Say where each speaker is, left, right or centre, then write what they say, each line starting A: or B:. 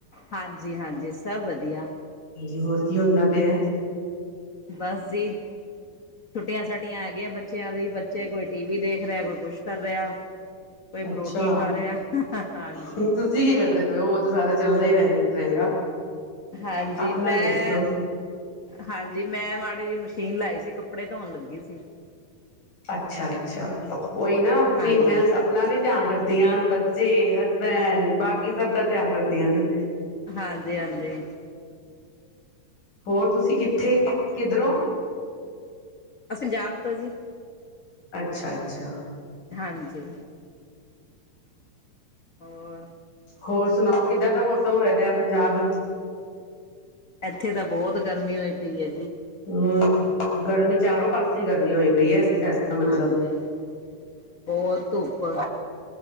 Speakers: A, on the left; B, on the left.
A: ਹਾਂਜੀ ਹਾਂਜੀ ਸਭ ਵਧੀਆ
B: ਹਾਂਜੀ ਹੋਰ ਕੀ ਹੁੰਦਾ ਪਿਆ
A: ਬਸ ਜੀ ਛੁੱਟੀਆਂ ਛੁੱਟੀਆਂ ਹੈਗੀਆਂ ਬੱਚਿਆਂ ਦੀ ਬੱਚੇ ਕੋਈ ਟੀ ਵੀ ਦੇਖ ਰਿਹਾ ਕੋਈ ਕੁਛ ਕਰ ਰਿਹਾ ਕੋਈ ਪਰੋਠੀ
B: ਅੱਛਾ
A: ਖਾ ਰਿਹਾ ਹਾਂਜੀ
B: ਤੁਸੀਂ ਕੀ ਕਰਦੇ ਉਹ ਤਾਂ ਸਾਰੇਾ ਚੱਲਦਾ ਹੀ ਰਹਿ ਰਹੇਗਾ
A: ਹਾਂਜੀ
B: ਆਪਣਾ
A: ਮੈਂ
B: ਦੱਸੋ
A: ਹਾਂਜੀ ਮੈਂ ਮਾੜ ਮਸ਼ੀਨ ਲਾਈ ਸੀ ਕੱਪੜੇ ਧੋਣ ਲੱਗੀ ਸੀ
B: ਅੱਛਾ ਅੱਛਾ ਉਹੀ ਨਾ
A: ਹਾਂਜੀ
B: ਫੀਮੇਲਸ ਆਪਣਾ ਨੀ ਧਿਆਨ ਰੱਖਦੀਆਂ ਬੱਚੇ ਹਸਬੈਂਡ ਬਾਕੀ ਸਭ ਦਾ ਧਿਆਨ ਰੱਖਦੀਆਂ ਨੇ
A: ਹਾਂਜੀ ਹਾਂਜੀ
B: ਹੋਰ ਤੁਸੀਂ ਕਿੱਥੇ ਕਿ ਕਿੱਧਰੋਂ
A: ਪੰਜਾਬ ਤੋਂ ਜੀ
B: ਅੱਛਾ ਅੱਛਾ
A: ਹਾਂਜੀ ਹੋਰ
B: ਹੋਰ ਸੁਣਾਓ ਕਿੱਦਾਂ ਦਾ ਮੌਸਮ ਹੋਆਦਿਆ ਪੰਜਾਬ
A: ਇੱਥੇ ਤਾਂ ਬਹੁਤ ਗਰਮੀ ਹੋਈ ਪਈਏ
B: ਹਮ ਗਰਮੀ ਚਾਰੋਂ ਪਾਸੇ ਗਰਮੀ ਹੋਈ ਪਐੱਸ ਫੈਸ ਦਾ ਮਤਲਬ
A: ਹਾਂਜੀ ਬਹੁਤ ਧੁੱਪ